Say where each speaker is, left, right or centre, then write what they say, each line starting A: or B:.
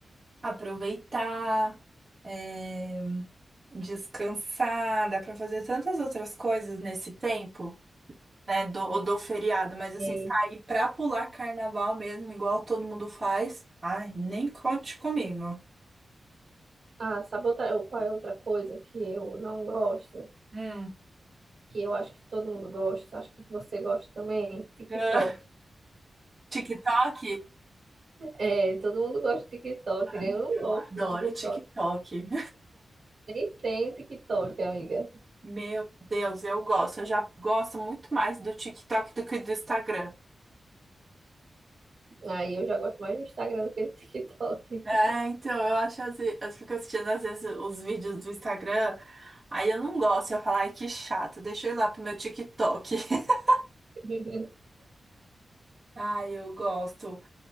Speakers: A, on the right; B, on the right.
A: Aproveitar, é, descansar. Dá para fazer tantas outras coisas nesse tempo. né, do, do feriado, mas assim,
B: E-
A: sair pra pular carnaval mesmo, igual todo mundo faz, ai, nem conte comigo.
B: ah, sabe outra, qual é outra coisa que eu não gosto?
A: Hum.
B: Que eu acho que todo mundo gosta, acho que você gosta também, TikTok.
A: <laughs> TikTok?
B: É, todo mundo gosta de TikTok,
A: Ai,
B: né? Eu não gosto
A: Eu adoro
B: de TikTok.
A: TikTok.
B: Nem tenho TikTok, amiga.
A: Meu Deus, eu gosto. Eu já gosto muito mais do TikTok do que do Instagram.
B: Aí eu já gosto mais do Instagram do que do TikTok.
A: É, então, eu acho às as, eu fico assistindo às vezes os vídeos do Instagram, aí eu não gosto, eu falo, ai, que chato, deixa eu ir lá pro meu TikTok. <laughs>
B: <laughs>
A: Ai, eu gosto.